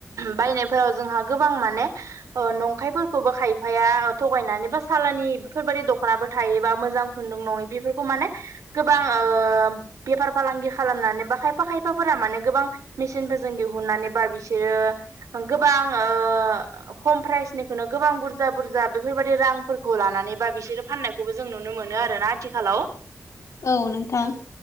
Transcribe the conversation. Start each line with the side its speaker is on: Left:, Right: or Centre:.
Right: बायनायफोराव जोंहा गोबां माने अ नंखायफोरखौबो खायफाया थगायनानै बा सालानि बेफोरबायदि दख नाबो थायोबा मोजां खुन्दुं नङै बेफोरखौ माने गोबां ओ बेफार फालांगि खालामनानै बा खायफा खायफाफोरा माने गोबां मेसिनफोरजों दिहुननानै बा बिसोरो गोबां ओ खम प्राइसनिखौनो गोबां बुरजा-बुरजा बेफोरबायदि रांफोरखौ लानानै बा बिसोरो फाननाय खौबो जों नुनो मोनो आरोना आथिखालाव ।
Left: औ नोंथां ।